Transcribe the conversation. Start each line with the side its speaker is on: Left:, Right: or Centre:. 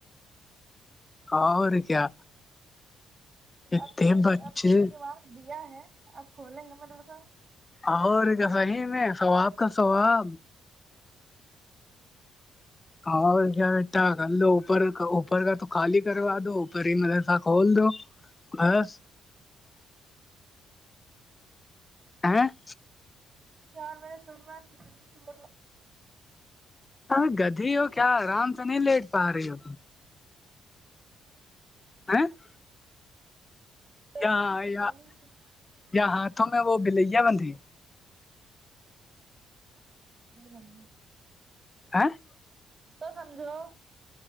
Left: اور کیا اتم
Right: اب تم
Left: بچے
Right: نے اب تم نے دماغ دیا ہے اب کھولیں گے مدرسہ
Left: اور کیا صحی میں ثواب کا ثواب
Right: ہوں
Left: اور کیا بیٹا کر لو اوپر کا اوپر کا تو خالی کروا دو پری مسا کھول دو بس آ <unintelligible>
Right: چار بجے سن میںات دنی چ ل
Left: ارے گدھی ہو کیا آرام سے نہیں لیٹ پا رہی ہو تم ہے <unintelligible>
Right: پیٹوں
Left: ہاں
Right: کی سکون
Left: یا
Right: ہی تھی
Left: یا ہاں تو میں وہ بلیا بندھی
Right: ہاں
Left: آ <unintelligible>
Right: تو سمجھو